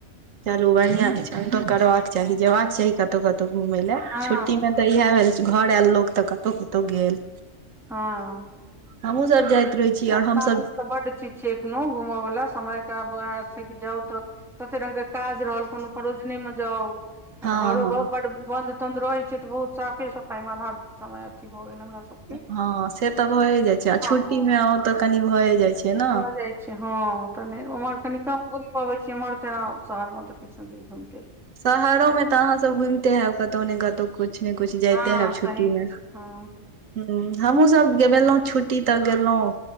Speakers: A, on the right (about 75°); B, in the centre.
A: चलू बढ़िया छै, हम तो करबाक चाही, जेबाक चाही कतहु कतौ घूमय ले।
B: हँ
A: छुट्टी मे तऽ इएह भेल घर आयल लोकग तऽ कतौ कतौ गेल
B: हाँ
A: हमहुँ सब जाइत रहै छी
B: अपना
A: और हमसब
B: दिस तऽ बड चीज छे एखनो घूमय वला समय के आब वैहे छै की जाउ तऽ तते रंग के काज रहल कोनो परोजने मे जाँउ आ
A: हँ
B: घरो
A: हँ
B: बड्ड बन्द बन्द रहैत छै तऽ बहुत साफे सफाइ आधा समय अथी भऽ गेल हमरा सब
A: हाँ से तऽ भए जाय छै आ छुट्टी
B: हो
A: मे ओ तऽ कनी भए जाय छै। ने
B: भऽ जाइ हाँ तऽ नय उम्हर कनि कम घूमि पबे छीयै एम्हर तेना शहर मे तऽ किछु ने किछ घुम
A: शहरो मे तऽ अहाँ सब घुमते हयब कतहु ने कतहु कछु ने कछु जायते
B: हँ
A: हैब छुट्टी
B: सही
A: मे
B: छै हँ
A: हुॅ हमहुँ सब गेबेलौं छुट्टी तऽ गेलहुँ